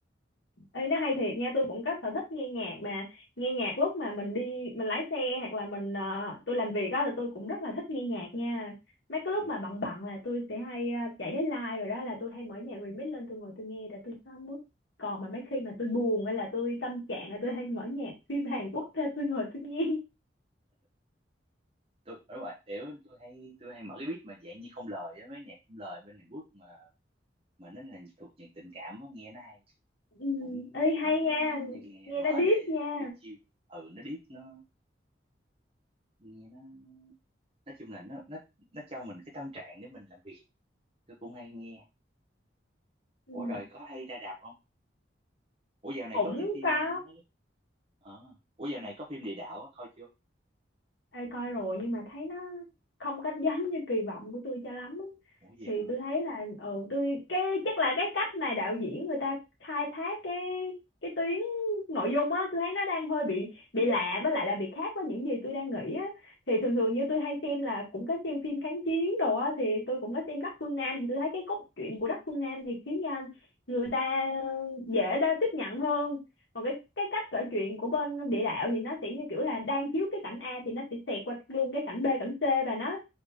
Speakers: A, on the left; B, on the right.
A: Ê, nó hay thiệt nha tôi cũng có sở thích nghe nhạc mà nghe nhạc lúc mà mình đi mình lái xe hoặc là mình ờ, tôi làm việc đó là tôi cũng rất là thích nghe nhạc nha mấy cái lúc
B: ừ.
A: mà bận bận là tôi sẽ hay ờ, chạy đến live rồi đó là tôi hay mở nhạc remix lên tôi ngồi tôi nghe để tôi có mood còn mà mấy khi mà tôi buồn hay là tôi tâm trạng là tôi hay mở nhạc phim Hàn Quốc ra tôi ngồi tôi nghe
B: tôi ở ngoài kiểu tôi hay tôi hay mở cái beat mà dạng như không lời á mấy nhạc không lời bên Hàn Quốc mà mà nó là thuộc dạng tình cảm á, nghe nó hay
A: ừ,
B: cũng
A: ê
B: cũng
A: hay nha
B: ừ cũng hay nghe
A: nghe
B: mở
A: nó deep
B: để
A: nha
B: ờ, chill chill ừ nó deep nó nghe nó nói chung là nó nó nó cho mình cái tâm trạng để mình làm việc tôi cũng hay nghe
A: ừ,
B: ủa rồi có hay ra đạp không ủa dạo này
A: cũng
B: có cái phim
A: có
B: mấy ờ ủa dạo này có phim địa đạo á coi chưa
A: Ê, coi rồi nhưng mà thấy nó không có giống như kỳ vọng của tôi cho lắm á.
B: ủa gì
A: thì
B: hả
A: tôi thấy là ừ tôi cái chắc là cái cách mà đạo diễn người ta khai thác cái cái tuyến nội dung á tôi thấy nó đang hơi bị bị lạ với lại là bị khác với những gì tôi đang nghĩ á thì thường thường như tôi hay xem là cũng có xem phim kháng chiến đồ á thì tôi cũng có xem Đắc Phương Nam thì tôi thấy cái cốt truyện của Đắc Phương Nam thì khiến ờ, người ta dễ đa tiếp nhận hơn còn cái cái cách kể chuyện của bên địa đạo thì nó sẽ như kiểu là đang chiếu cái cảnh A thì nó sẽ xẹt qua luôn cái cảnh B cảnh C và nó